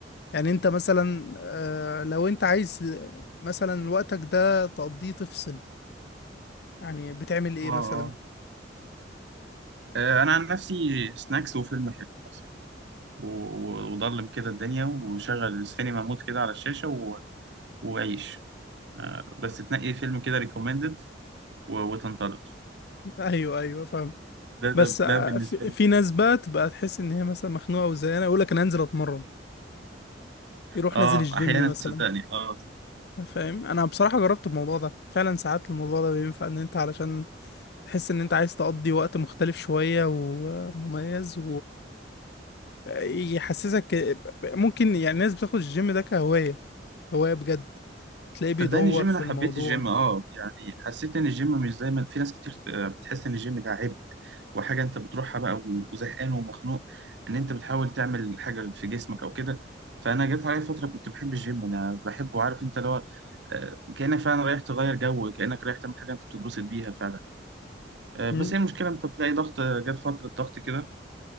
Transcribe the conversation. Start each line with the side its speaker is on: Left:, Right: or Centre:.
Left: يعني انت مثلا آه، لو انت عايز مثلا وقتك ده تقضيه تفصل يعني بتعمل ايه
Right: اه
Left: مثلا
Right: اه آه، انا عن نفسي سناكس وفيلم حلو مثلا و- و- وضلم كده الدنيا وشغل السينما مود كده على الشاشة و... وعيش بس تنقي فيلم كده ريكومندد وتنطلق
Left: ايوه ايوه فاهم
Right: ده
Left: بس
Right: ده
Left: ع-
Right: ده بالنسبه
Left: في, في
Right: لي
Left: ناس بقى تبقى تحس ان هي مثلا مخنوقه وزي انا يقول لك انا هنزل اتمرن يروح
Right: اه
Left: نازل الجيم
Right: احيانا
Left: مثلا
Right: صدقني اه
Left: فاهم انا بصراحه جربت الموضوع ده فعلا ساعات الموضوع ده بينفع ان انت علشان تحس ان انت عايز تقضي وقت مختلف شويه ومميز ويحسسك ممكن يعني الناس بتاخد الجيم ده كهوايه هوايه بجد تلاقيه بيدور
Right: صدقني الجيم
Left: في
Right: انا
Left: الموضوع
Right: حبيت الجيم اه يعني حسيت ان الجيم مش زي ما في ناس كتير آه، بتحس ان الجيم ده عبء وحاجه انت بتروحها بقى و- وزهقان ومخنوق ان انت بتحاول تعمل حاجه في جسمك او كده فانا جت عليا فتره كنت بحب الجيم انا بحبه عارف انت اللي هو آه، كانك فعلا رايح تغير جو كانك رايح تعمل حاجه انت بتتبسط بيها فعلا آه،
Left: مم.
Right: بس هي المشكله انت بتلاقي ضغط آه، جت فتره ضغط كده